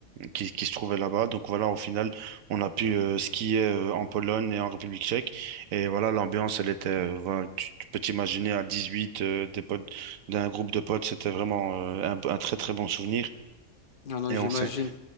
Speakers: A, on the right (about 75°); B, on the left (about 50°).
A: qui, qui se trouvaient là-bas. Donc voilà, au final, on a pu euh, skier euh, en Pologne et en République tchèque. Et voilà, l'ambiance, elle était, euh, voilà, tu, tu peux t'imaginer à 18, euh, des potes, d'un groupe de potes, c'était vraiment euh, un un très très bon souvenir.
B: Non, non,
A: Et
B: j'imagine.
A: on s'est